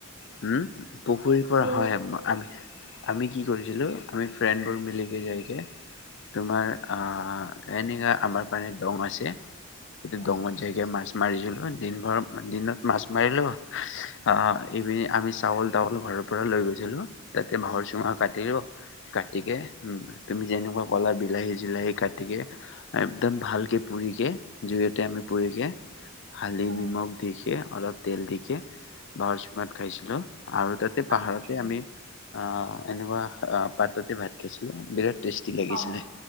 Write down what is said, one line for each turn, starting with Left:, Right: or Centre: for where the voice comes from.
Left: হ'ম পুখুৰীৰ পৰা
Right: কিনি
Left: হয় আমাৰ আম আমি কি কৰিছিলোঁ, আমি ফ্ৰেণ্ডবোৰ মিলিকে যায়গে তোমাৰ আহ এনেকা আমাৰ পানে দং হৈছে। এইটো
Right: আচ্ছা
Left: দংত জাইকে মাছ মাৰিছিলোঁ। দিন ভৰ দিনত মাছ মাৰিলোঁ আহ পিনে আমি চাউল তাউল ঘৰৰ পৰা লৈ গৈছিলোঁ। তাতে বাঁহৰ চুঙৰ কাটিলো। কাটিকে উম, তুমি যেনেকুৱা ক'লা বিলাহী চিলাহী কাটিকে একদম ভালকে পুৰিকে জুইতে আমি পুৰিকে হালধি,
Right: হয়
Left: নিমখ দি কে অলপ তেল দিকে বাঁহৰ চু খাইছিলোঁ আৰু তাতে পাহাৰতে
Right: আচ্ছা
Left: আমি আহ এনেকুৱা আহ পাটতে ভাত খাইছিলোঁ, বিৰাট টেষ্টি লাগিছিলে।
Right: অ।